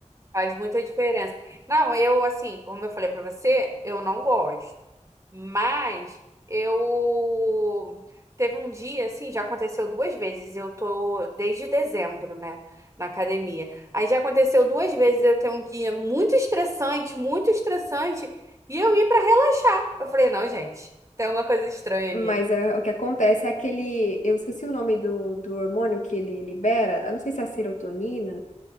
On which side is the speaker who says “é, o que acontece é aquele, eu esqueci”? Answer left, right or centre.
Left